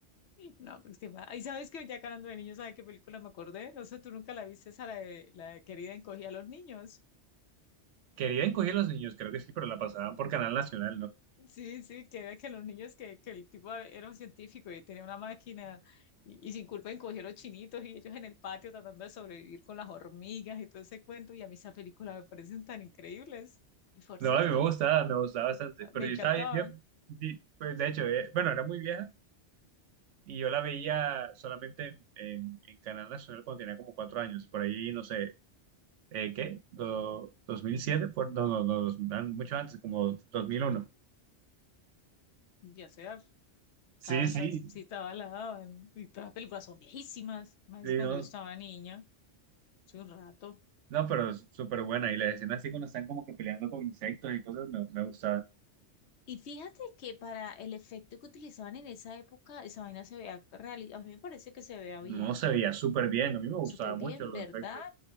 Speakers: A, on the left (about 70°); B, on the right (about 85°).
A: No, pero es que, ahí sabes que ya que hablando de niños, ¿sabes qué película me acordé? No sé, tú nunca la viste, esa la de, la de Querida encogía a los niños.
B: Que bien cogían los niños, creo que sí, pero la pasaban por Canal Nacional, ¿no?
A: Sí, sí, que era que los niños, que, que el tipo era un científico y tenía una máquina y, y sin culpa encogió los chinitos y ellos en el patio tratando de sobrevivir con las hormigas y todo ese cuento. Y a mí esas películas me parecen tan increíbles. Y por
B: No,
A: cierto,
B: a mí
A: yo
B: me gustaba,
A: no,
B: me gustaba bastante. Pero
A: me encantaban.
B: yo estaba bien, yo, di- pues de hecho, eh, bueno, era muy vieja y yo la veía solamente en, en, en Canal Nacional cuando tenía como cuatro años. Por ahí, no sé, eh, ¿qué? Do- ¿2007? Por, no, no, no, dos- an- mucho antes, como 2001.
A: Ya sea,
B: Sí,
A: estaba
B: sí,
A: esas, sí, estaba la daban. Y todas las películas son viejísimas, más
B: sí,
A: cuando
B: no,
A: yo estaba niña, hace un rato.
B: no, pero es súper buena. Y las escenas así cuando están como que peleando con insectos y cosas, me, me gustaba.
A: Y fíjate que para el efecto que utilizaban en esa época, esa vaina se vea real, a mí me parece que se vea bien.
B: No se veía súper bien, a mí me gustaba
A: Súper
B: mucho
A: bien,
B: los
A: ¿verdad?
B: efectos.